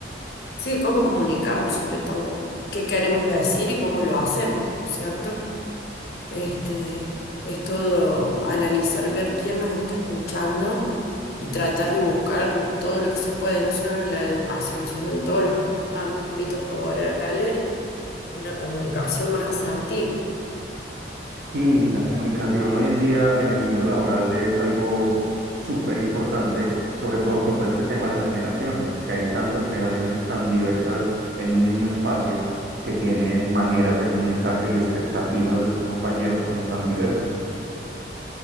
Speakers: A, on the left; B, on the right.
A: sí, cómo comunicamos sobre todo, qué queremos decir y cómo lo hacemos, ¿cierto? Este, es todo analizar, ver quién nos está escuchando y tratar de buscar todo lo que se puede, no solo en la educación, sino en todos los ámbitos laborales, una comunicación más asertiva.
B: Sí, la comunicación hoy en día en el mundo laboral es algo súper importante, sobre todo con todo este tema de las generaciones, que hay tantas generaciones tan diversas en un mismo espacio que tienen maneras de comunicarse y expectativas de sus compañeros como tan diversas.